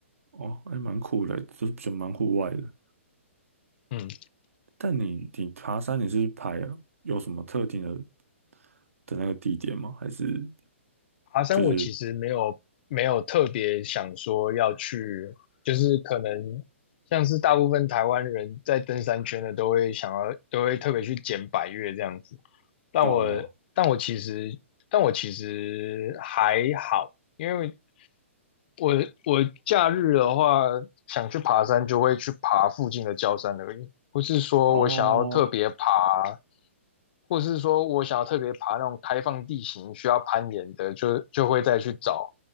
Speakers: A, on the right (about 80°); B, on the left (about 45°).
A: 哦，还蛮酷的，就是比较蛮户外的。
B: 嗯，
A: 但你你爬山你是排，有什么特定的的那个地点吗？还是
B: 爬山我其实没有没有特别想说要去，
A: 就是
B: 就是可能像是大部分台湾人在登山圈的都会想要都会特别去捡百岳这样子，但我但我其实但我其实还好，
A: 对啊对啊
B: 因为我我假日的话想去爬山就会去爬附近的郊山而已，不是说我想要特别爬，
A: 哦
B: 或是说我想要特别爬那种开放地形需要攀岩的，就就会再去找